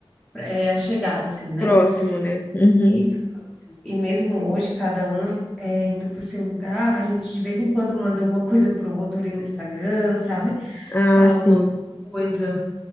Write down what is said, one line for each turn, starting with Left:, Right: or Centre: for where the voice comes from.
Centre: é, achegado, assim, né?
Left: Próximo, né? Uhum.
Centre: Isso, próximo. E mesmo hoje, cada um é, indo para o seu lugar, a gente de vez em quando manda alguma coisa para o outro ali no Instagram, sabe?
Left: Ah,
Centre: Fala
Left: sim.
Centre: alguma coisa.